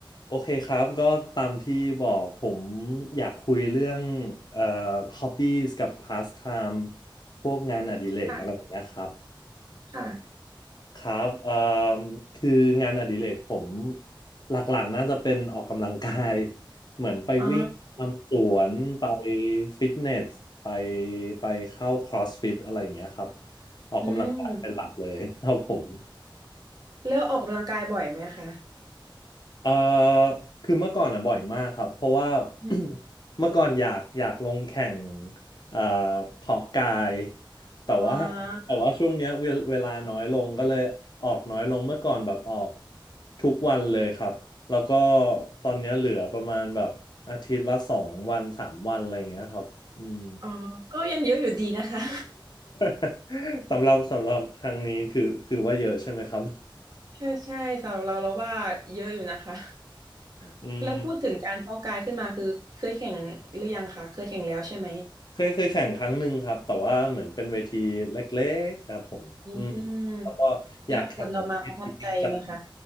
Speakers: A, on the left (about 55°); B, on the right (about 45°).
A: โอเคครับก็ตามที่บอกผมอยากคุยเรื่องเอ่อ hobbies กับ pastime พวกงานอดิเรกอะไรอย่างเงี้ยครับ
B: ค่ะค่ะ
A: ครับเอ่อคืองานอดิเรกผมหลักๆน่าจะเป็นออกกำลังกาย <laughs> เหมือนไปวิ่งตามสวนไป
B: อ๋อ
A: ฟิตเนสไปไปเข้า CrossFit อะไรอย่างเงี้ยครับออกกำลังกายเป็นหลักเลยครับผม
B: อืมแล้วออกกำลังกายบ่อยไหมคะ
A: เอ่อคือเมื่อก่อนอ่ะบ่อยมากครับเพราะว่า <coughs> <clears throat>
B: อืม
A: เมื่อก่อนอยากอยากลงแข่งเอ่อเพาะกายแต่ว่า
B: อ๋
A: แต่ว่าช่วงเนี้ยเวลเวลาน้อยลงก็เลยออกน้อยลงเมื่อก่อนแบบออก
B: า
A: ทุกวันเลยครับแล้วก็ตอนเนี้ยเหลือประมาณแบบอาทิตย์ละสองวันสามวันอะไรอย่างเงี้ยครับอืม
B: อ่าก็ยังเยอะอยู่ดีนะคะ
A: <laughs> สำหรับสำหรับทางนี้คือคือว่าเยอะใช่ไหมครับ
B: ใช่ใช่สำหรับเราเราว่าเยอะอยู่นะคะ
A: <laughs> อืม
B: แล้วพูดถึงการเพาะกายขึ้นมาคือเคยแข่งหรือยังคะเคยแข่งแล้วใช่ไหม
A: เคยเคยแข่งครั้งหนึ่งครับแต่ว่าเหมือนเป็นเวทีเล็กๆครับผมอืม
B: อืมแล้วผลออกมาประทับใจไหมคะ
A: แล้วก็อยากแข่งเวทีจริงจัง